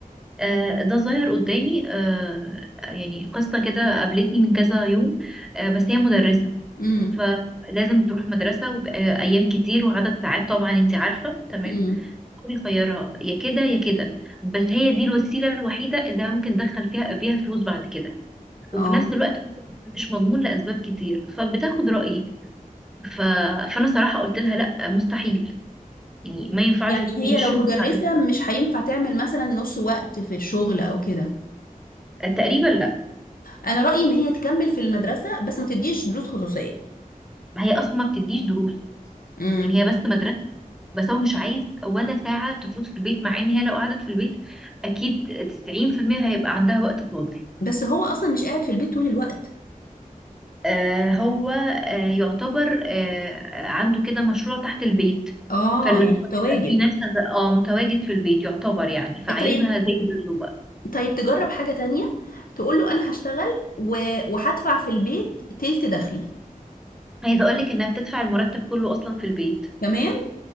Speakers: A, in the centre; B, on the left.
A: آه ده ظاهر قدامي آه يعني قصة كده قابلتني من كذا يوم آه بس هي مدرسة
B: امم
A: فلازم تروح مدرسة وأيام كتير وعدد ساعات طبعا أنت عارفة تمام
B: امم
A: هو بيخيرها يا كده يا كده بس هي دي الوسيلة الوحيدة اللي ممكن تدخل فيها بيها فلوس بعد كده وفي
B: اه
A: نفس الوقت مش مضمون لأسباب كتير فبتاخد رأيي ف... فأنا صراحة قلت لها لا مستحيل يعني ما ينفعش
B: يعني
A: تسيب
B: هي
A: الشغل
B: لو مدرسه
A: على
B: مش هينفع تعمل مثلا نص وقت في الشغل او كده
A: تقريبا لا
B: انا رايي ان هي تكمل في المدرسه بس ما تديش دروس خصوصيه
A: هي أصلا ما بتديش دروس
B: امم
A: يعني هي بس مدرسة بس هو مش عايز ولا ساعة تفوت في البيت مع إن هي لو قعدت في البيت أكيد 90% هيبقى عندها وقت فاضي
B: بس هو اصلا مش قاعد في البيت طول الوقت
A: آه هو آه يعتبر آه عنده كده مشروع تحت البيت
B: اه
A: فاللي
B: يعني
A: هو
B: متواجد
A: بيبقى فيه ناس اه متواجد في البيت يعتبر يعني فعايزها
B: طيب
A: زي بره
B: طيب تجرب حاجه تانية تقول له انا هشتغل و... وهدفع في البيت تلت دخلي
A: عايزه اقول لك انها بتدفع المرتب كله اصلا في البيت
B: كمان